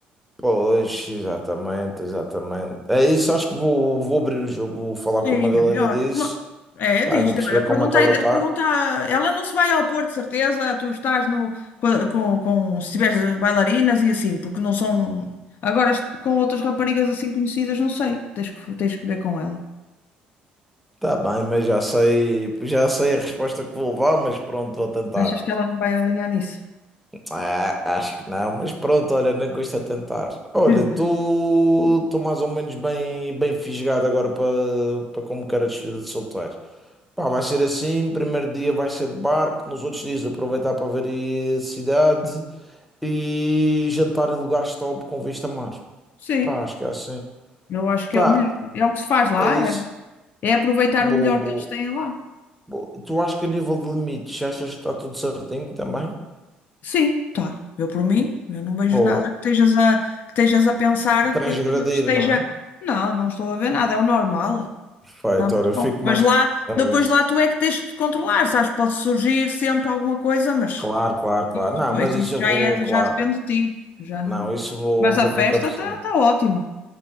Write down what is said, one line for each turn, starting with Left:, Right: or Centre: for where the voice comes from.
Centre: Pois, exatamente, exatamente. É isso, acho que vou, vou abrir o jogo, vou falar
Left: Sim,
Centre: com a Madalena
Left: é melhor.
Centre: disso.
Left: Uma- É,
Centre: Pá,
Left: diz-lhe,
Centre: eu vou perceber
Left: olha, pergunta,
Centre: como é que ela
Left: aí- pergunta,
Centre: está.
Left: a- ela não se vai ao Porto, de certeza, tu estás no, com, a- com, com- se tiveres eh, bailarinas e assim, porque não são, agora est- com outras raparigas assim conhecidas, não sei, tens que, tens que ver com ela.
Centre: Tá bem, mas já sei, já sei a resposta que vou levar, mas pronto, vou tentar.
Left: Achas que ela não vai alinhar nisso?
Centre: Ah, acho que não, mas pronto, olha, nem custa tentar. Olha,
Left: Diz.
Centre: tu estou mais ou menos bem, bem fisgado agora para para como quero a despedida de solteiro. Pá, vai ser assim, primeiro dia vai ser de barco, nos outros dias aproveitar para ver aí a cidade e jantar em lugares top com vista a mar.
Left: Sim,
Centre: Pá, acho que é assim.
Left: eu acho que
Centre: Pá,
Left: é o melhor, é o que se faz lá,
Centre: é isso.
Left: é, é aproveitar
Centre: Boa,
Left: o melhor
Centre: boa.
Left: que eles têm lá.
Centre: Bom, Tu acho que a nível de limites, achas que está tudo certinho também?
Left: Sim, tá. Eu por mim, eu não vejo
Centre: Ou
Left: nada que estejas a, que estejas a pensar
Centre: transgredir,
Left: que, que- que esteja.
Centre: não é?
Left: Não, não estou a ver nada, é o normal.
Centre: Perfeito,
Left: Tá muito
Centre: olha, eu
Left: bom.
Centre: fico
Left: Depois
Centre: mais.
Left: lá,
Centre: É
Left: depois
Centre: isso.
Left: lá tu é que tens que te controlar, sabes? Pode surgir sempre alguma coisa, mas
Centre: Claro, claro, claro.
Left: isso,
Centre: Não,
Left: tu-
Centre: mas isso
Left: isso
Centre: eu
Left: já
Centre: vou,
Left: é,
Centre: claro.
Left: já depende de ti. Já não.
Centre: Não, isso eu vou,
Left: Mas
Centre: vou
Left: a festa
Centre: com cabecinho.
Left: está tá tá ótima.